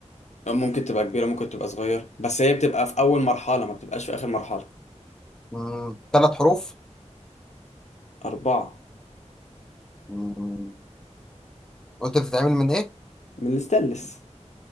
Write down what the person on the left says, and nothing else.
ممكن تبقى كبيرة ممكن تبقى صغيرة بس هي بتبقى في أول مرحلة ما بتبقاش في آخر مرحلة
أربعة
من الستانلس